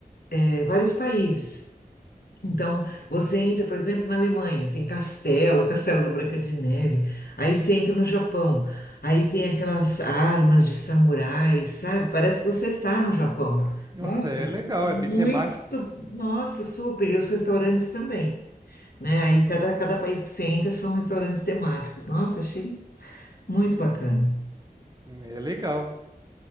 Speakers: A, on the left (about 75°); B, on the right (about 25°).
A: eh, vários países. Então, você entra, por exemplo, na Alemanha, tem castelo, o Castelo da Branca de Neve. Aí você entra no Japão, aí tem aquelas armas de samurais, sabe? Parece que você está no Japão.
B: nossa,
A: Nossa,
B: é legal, é
A: muito,
B: bem temático,
A: nossa, super. E os restaurantes também né? Aí cada, cada país que você entra são restaurantes temáticos. Nossa, achei muito bacana.
B: hum, é legal.